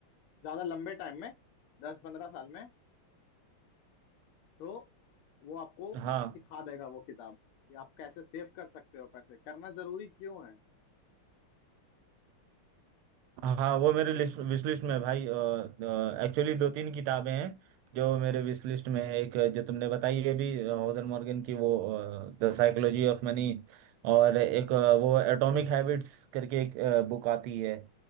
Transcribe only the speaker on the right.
हाँ
हाँ वो मेरे लिस्ट विश लिस्ट में है भाई एक्चुअली दो तीन किताबें हैं जो मेरे विश लिस्ट में है एक अ, जो तुमने बताई है भी होजर मॉर्गन की वो द साइकोलॉजी ऑफ मनी और एक अ, वो एटॉमिक हैबिट्स करके एक बुक आती है